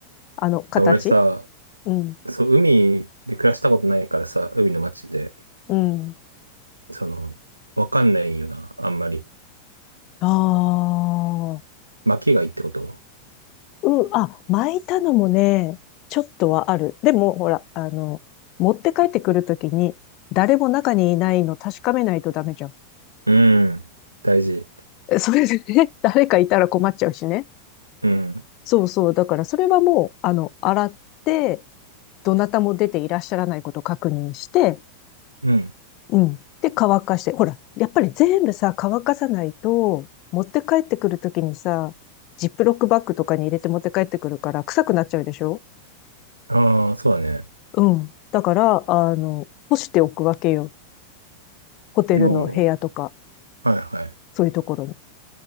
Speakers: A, on the left; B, on the right.
A: あの、形
B: や、俺さ、
A: うん、
B: そう、海で暮らしたことないからさ、海の街で、
A: うん。
B: その、わかんないよな、あんまり。
A: ああ、
B: 巻きがいいってこと
A: うん、あ、巻いたのもね、ちょっとはある。でも、ほら、あの、持って帰ってくるときに、誰も中にいないの確かめないとダメじゃん。
B: うん。大事。
A: えそれでね、<laughs> 誰かいたら困っちゃうしね。
B: うん。
A: そうそう。だから、それはもう、あの、洗って、どなたも出ていらっしゃらないことを確認して、
B: うん。
A: うん。で、乾かして。ほら、やっぱり全部さ、乾かさないと、持って帰ってくるときにさ、ジップロックバッグとかに入れて持って帰ってくるから、臭くなっちゃうでしょ
B: ああ、そうだね。
A: うん。だから、あの、干しておくわけよ。ホテルの部屋とか、
B: うはいはい。
A: そういうところに。